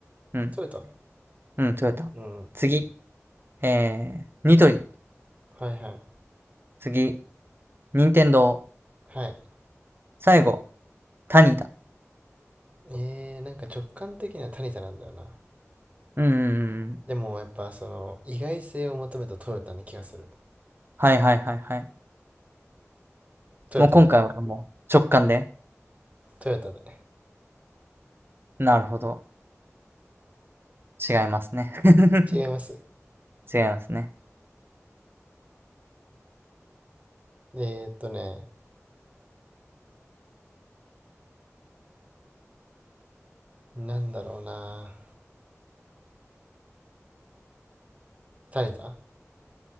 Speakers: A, on the right; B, on the right.
A: うん、
B: 取れた
A: うん、トヨタ。
B: うん。
A: 次、えー、ニトリ。
B: はいはい。
A: 次、ニンテンドー。
B: はい。
A: 最後、タニタ。
B: えー、なんか直感的にはタニタなんだよな。
A: うんうんうん。
B: でもやっぱその意外性を求めたトヨタな気がする。
A: はいはいはいはい。
B: トヨタで。
A: もう今回はもう直感で。
B: トヨタで。
A: なるほど。違いますね。<laughs>
B: 違います。
A: 違いますね。
B: えーっとね、なんだろうな。タニタ